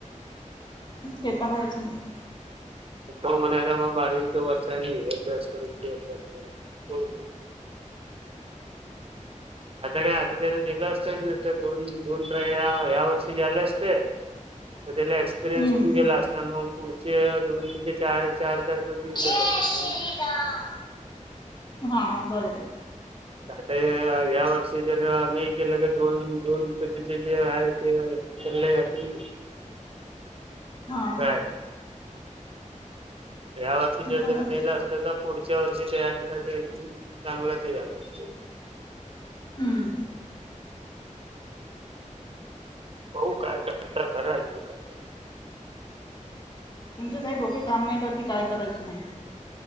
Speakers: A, on the left; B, on the right.
A: ते तर पाहायचं आहेच.
B: हो म्हणला आता बारवीच वर्षा आहे हे अभ्यास करू ते अभ्यास करू आता काय आता त्याने दिलं असतं ना दोन दोन हयाया वर्षी झाले असते. मग त्याला एक्सपिरियन्स
A: हम्म
B: होऊन गेला असता मग पुढचे दोन म्हणजे चार चार दर तो देऊ
A: जय
B: शकत.
A: श्रीराम.
B: ह
A: हा, बरोबर.
B: आता या वर्षी जर नाही केलं तर दोन, दोन जे आहे ते लयं <unintelligible>
A: हा
B: काय? ह्या वर्षी जे
A: ते तर
B: त्यानं
A: आहेच.
B: दिलं असतं, तर पुढच्या वर्षी तयारीसाठी चांगलंच झाला असतं.
A: हम्म
B: बघु काय करतात, करा <unintelligible>
A: तुमचे काही डोके काम नाही करते, काय करायचं म्हणून